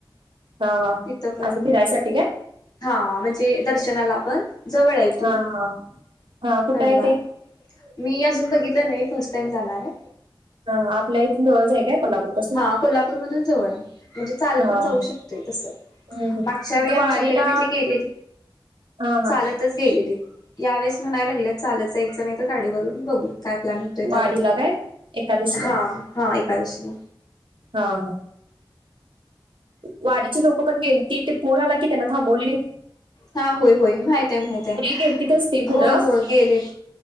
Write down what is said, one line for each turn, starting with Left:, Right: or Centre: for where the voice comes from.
Right: हा, हा
Left: तिथं पण
Right: असं फिरायसाठी काय?
Left: हा, म्हणजे दर्शनाला पण जवळ आहे इथून.
Right: हा हा हा कुठंय
Left: नंदबाळ
Right: ते?
Left: मी अजून बघितलं नाही फर्स्ट टाइम जाणार आहे.
Right: हा आपल्या इथून जवळच हाय काय कोल्हापूर पासून.
Left: हा कोल्हापूरमधून जवळ आहे म्हणजे चालत पण
Right: हा
Left: जाऊ
Right: हम्म.
Left: शकते तसं.
Right: हम्म.
Left: मागच्या
Right: तिथं
Left: वेळी आमच्या
Right: वारीला
Left: इकडे म्हटली गेलेली
Right: हा हा
Left: चालत तच गेलेली यावेेळेस म्हणायला लागल्यात चालत जायचं नाही तर गाडीवरून बघू. काय प्लॅन होतोय त्यावरून
Right: वारीला काय एकादशीला
Left: हा हा एकादशीला.
Right: हा हा. वारीची लोकं पण गेलती ते पूर आला की त्यांना थांबवलीत.
Left: हा होय होय माहित ये माहित ये
Right: गेलतीतच ते पुढं
Left: होय होय गेलेत